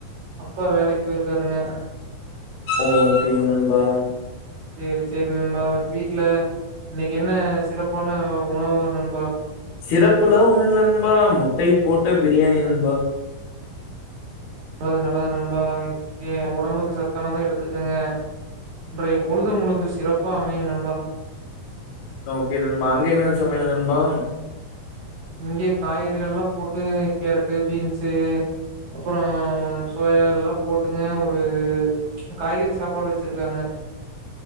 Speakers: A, on the right; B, on the left.
A: அப்பா வேலைக்கு போயிருக்காருங்க
B: ஓகே நண்பா
A: சேரி சேரி நண்பா, வீட்ல இன்னைக்கு என்ன சிறப்பான உணவு நண்பா
B: சிறப்புலா ஒண்ணு இல்ல நண்பா முட்டை போட்டு பிரியாணி நண்பா
A: நல்லது நல்லது நண்பா ஏ உடம்புக்கு சத்தானதா எடுத்துக்கங்க இன்றைய பொழுது உங்களுக்கு சிறப்பா அமையு நண்பா
B: ஓகே நண்பா அங்க என்ன சமையல் நண்பா
A: இங்க காய்கறிகள் எல்லா போட்டு கேரட்டு பீன்ஸு அப்பறோ சோயா இதெல்லா போட்டுங்க ஒரு காய்கறி சாப்பாடு வச்சிருக்காங்க